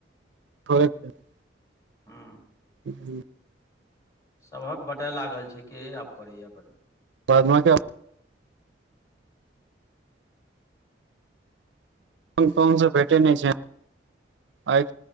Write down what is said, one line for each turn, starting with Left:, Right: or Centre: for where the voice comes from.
Right: <unintelligible>
Left: हूँ
Right: <unintelligible>
Left: सभक बताय लागल छै के आब करैए अपन।
Right: बाद बाकी जन तन सब भेटे नहि छै आइ